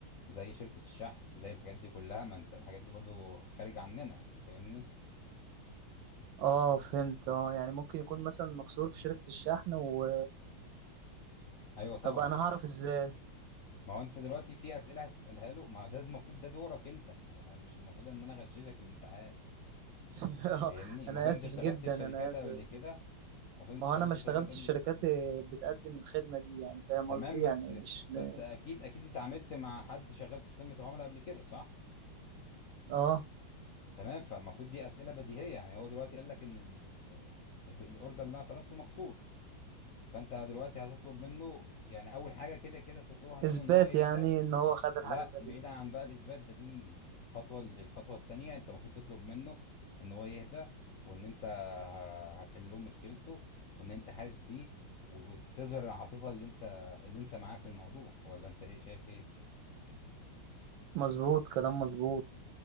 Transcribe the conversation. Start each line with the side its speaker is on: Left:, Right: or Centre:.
Left: زي شركة الشحن زي الحاجات دي كلها ما أنت الحاجات دي برضو خارج عننا يعني فاهمني؟
Right: آه فهمت آه يعني ممكن يكون مثلا مكسور في شركة الشحن و
Left: أيوه طبعا
Right: طب أنا هعرف إزاي
Left: ما هو أنت دلوقتي في أسئلة هتسألها له ما ده المفروض ده دورك أنت يعني أنا مش المفروض إن أنا أغششك الامتحان
Right: <laughs>
Left: فاهمني؟ المفروض
Right: أنا آسف
Left: أنت اشتغلت
Right: جدا
Left: في شركات
Right: أنا آسف
Left: قبل كده المفروض
Right: ما
Left: أنت اشتغلت
Right: هو انا ما
Left: في
Right: اشتغلتش
Left: شركات قبل
Right: في شركات بتقدم الخدمه دي يعني فاهم
Left: تمام
Right: قصدي
Left: بس
Right: يعني مش م-
Left: بس أكيد أكيد اتعاملت مع حد شغال في خدمة العملاء قبل كده صح؟
Right: اه
Left: تمام فالمفروض دي اسئله بديهيه يعني هو دلوقتي قال لك ان ال ال ال- الاوردر اللي انا طلبته مكسور فانت دلوقتي هتطلب منه يعني اول حاجه كده كده تطلبها منه
Right: اثبات
Left: ان هو يهدى
Right: يعني ان هو خد الحاجه
Left: لا
Right: سليمه
Left: بعيدا عن بقى الاثبات ده دي خطوه الخطوه التانيه انت المفروض تطلب منه ان هو يهدى وان انت ه- هتحل له مشكلته وان انت حاسس بيه و- وتظهر العاطفه اللي انت اللي انت معاه في الموضوع ولا انت ايه شايف ايه
Right: مظبوط كلام مظبوط